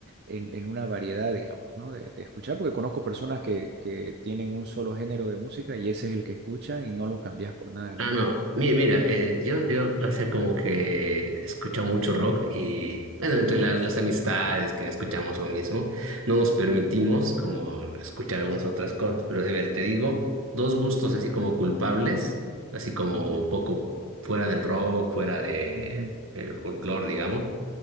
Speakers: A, on the right; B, on the right.
A: en, en una variedad, digamos, ¿no? De, de escuchar, porque conozco personas que, que tienen un solo género de música y ese es el que escuchan y no lo cambias por nada del
B: ah,
A: mundo.
B: no, mira, mira, eh, yo, yo hace como que escucho mucho rock y, bueno, entre las, las amistades que escuchamos lo mismo, no nos permitimos como escuchar algunas otras cosas, pero de ver, te digo, dos gustos así como culpables, así como
A: Ujú,
B: un poco fuera del rock, fuera de
A: ujú.
B: el folclore, digamos.